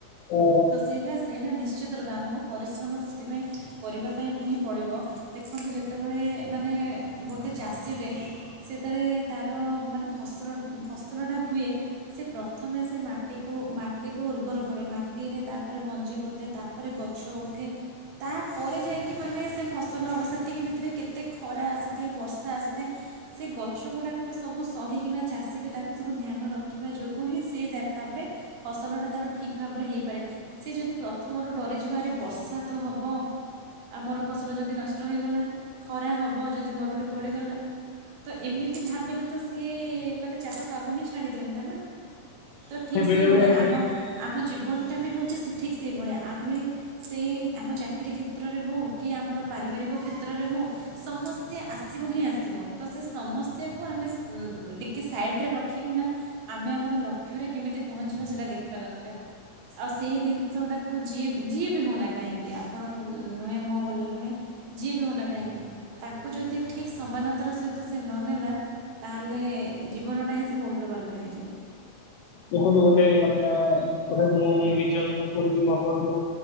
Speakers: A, on the left; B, on the right.
A: ଓ
B: ଏଇଟା ସେଇଟା ନିଶ୍ ଶ୍ଚିତ ରୂପେ ଆମକୁ ପରିଶ୍ରମ ସେଥିପାଇଁ କରିବା ପାଇଁ ହିଁ ପଡ଼ିବ। ଦେଖନ୍ତୁ ଯେତବେଳେ ମାନେ ଗୋଟେ ଚାଷୀଟେ ସେତବେଳେ ତାର ମାନେ ଫସଲ ଫସଲଟା ହୁଏ ସେ ପ୍ରଥମେ ସେ ମାଟିକୁ ମାଟିକୁୁ ଉର୍ବର କରେ ମା ଟିରେ ତାପରେ ମଞ୍ଜି ବୋତେ ତାପରେ ଗଛ ଉଠେ। ତାପରେ ଯାଇକି ମାନେ ସେ ଫସଲ ହବ ସେତିକି ଭିତରେ କେତ୍ ଏତେ ଖରା ଆସିଥାଏ। ବର୍ଷା ଆସିଥାଏ। ସେ ଗଛ ଗୁଡ଼ାକ ବି ସବୁ ସହିକିନା ଚାଷୀ ବି ତାକୁ ସବୁ ଧ୍ୟାନ ରଖିବା ଯୋଗୁଁ ହିଁ ସେ ଯା ତାପରେ ଫସଲ ଟା ତାର ଠିକ୍‌ ଭାବରେ ହେଇପାରେ। ସେ ଯଦି ପ୍ରଥମରୁ ଡ଼ରିଯିବ ଆରେ ବର୍ଷା ତ ହବ ଆମର ଫସଲ ଯଦି ନଷ୍ଟ ହୋଇଗଲା। ଖରା ହବ ଯଦି ମରୁଡ଼ି ପଡ଼ିଗଲା। ତ ଏମିତି ଭାବିଲେ ତ ସିଏ ମାନେ ଚାଷ କାମ ହିଁ ଛାଡ଼ି ଦିଅନ୍ତା ନା? ତ ଠିକ୍
A: ବେଳେ
B: ସେଇଭଳିଆ
A: ବେଳେ
B: ଆମ ଆମ ଜୀବନଟା ବି ହଉଚି ସେ ଠିକ୍ ସେଇଭଳିଆ ଆମେ ସେଇ ଆମ ଚାକିରୀ କ୍ଷେତ୍ରରେ ହଉ କି ଆମର ପାରିବାରିକ କ୍ଷେତ୍ରରେ ହଉ ସମସ୍ୟା ଆସିବ ହିଁ ଆସିବ। ତ ସେ ସମସ୍ୟାକୁ ଆମେ ଟିକେ ସାଇଟ୍ ରେ ରଖିକିନା ଆମେ ଆମର ଲକ୍ଷ୍ୟରେ କେମିତି ପହଞ୍ଚିବା ସେଇଟା ଦେଖିବା ଦରକାର। ଆଉ ସେଇ ଜିନିଷଟାକୁ ଯିଏ ଯିଏ ବି ହଉନା କାହିଁକି ଆପଣ ନୁହେଁ ମୁଁ ବୋଲି ନୁହେଁ ଯିଏ ବି ହଉନା କାହିଁକି ତାକୁ ଯଦି ଠିକ୍‌ ସମାନତାର ସହିତ ତ ସେ ନ ନେଲା ତାହେଲେ ଜୀବନଟା ହିଁ ସବୁ ଓଲଟ ପାଲଟ ହେଇଯାଏ।
A: ଦେଖନ୍ତୁ ଗୋଟେ କଥା ବୋଧେ ମୁଁ ନିଜେ ଅନୁଭବ କରୁଚି ମୁଁ ଆପଣଙ୍କୁ